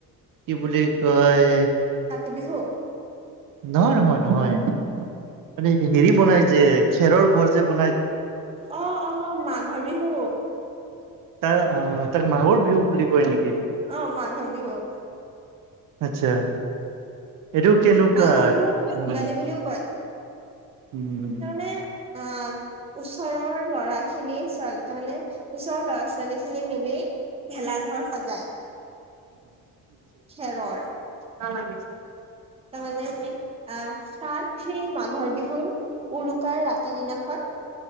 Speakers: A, on the right (about 70°); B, on the right (about 15°).
A: কি বুলি কয়
B: কাতি বিহু
A: নহয় নহয় নহয়। মানে হেৰি বনাই যে খেৰৰ ঘৰ যে বনাই
B: অ' অ' মাঘৰ বিহু।
A: তাৰ আহ তাৰ মাঘৰ বিহু বুলি কয় নেকি?
B: অ' মাঘৰ‌ বিহু।
A: আচ্ছা এটো কেনকা
B: মাঘৰ বিহুক ভোগালী
A: মানে।
B: বুলিও
A: উম
B: এ অ' ওচৰৰ ল'ৰা খিনি স্বাগ মানে ওচৰৰ ল'ৰা ছোৱালী খিনি মিলি ভেলাঘৰ সজায় খেৰৰ।
A: নালাগে।
B: তাৰ মানে আহ তাত সেই মাঘৰ বিহুৰ উৰুকাৰ ৰাতি দিনাখন